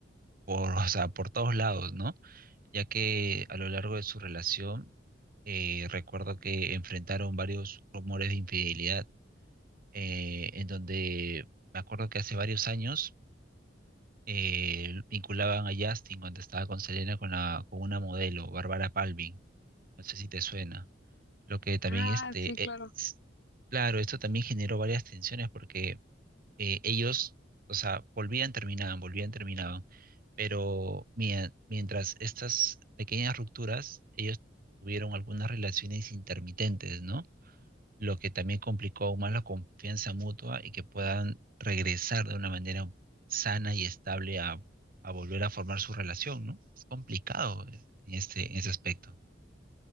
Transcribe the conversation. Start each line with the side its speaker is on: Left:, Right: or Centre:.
Right: por, o sea, por todos lados, ¿no? Ya que a lo largo de su relación, eh, recuerdo que enfrentaron varios rumores de infidelidad, eh, en donde me acuerdo que hace varios años eh, vinculaban a Justin cuando estaba con Selena con, la- con una modelo, Bárbara Palvin, no sé si te suena, lo que también
Left: Ah,
Right: este,
Left: sí, claro.
Right: eh, s- claro, esto también generó varias tensiones porque eh, ellos, o sea, volvían, terminaban, volvían, terminaban, pero mie- mientras estas pequeñas rupturas, ellos tuvieron algunas relaciones intermitentes, ¿no? Lo que también complicó aún más la confianza mutua y que puedan regresar de una manera sana y estable a, a volver a formar su relación, ¿no? Es complicado eh, en este, en ese aspecto.